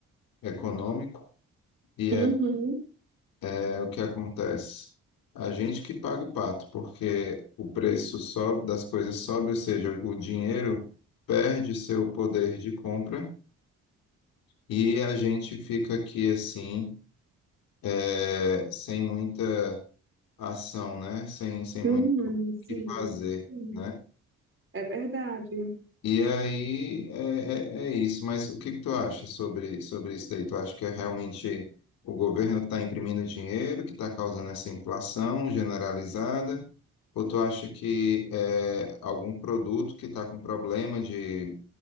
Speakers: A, on the left; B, on the right.
A: econômico, e
B: Uhum,
A: É o que acontece. A gente que paga o pato, porque o preço sobe, das coisas sobe, ou seja, o dinheiro perde seu poder de compra e a gente fica aqui assim, é, sem muita ação, né? Sem, sem
B: uhum,
A: muito o
B: sim.
A: que fazer,
B: Sim.
A: né?
B: É verdade.
A: E aí é, é, é isso, mas o que que tu acha sobre, sobre isso daí? Tu acha que é realmente o governo que está imprimindo dinheiro, que está causando essa inflação generalizada? Ou tu acha que é algum produto que está com problema de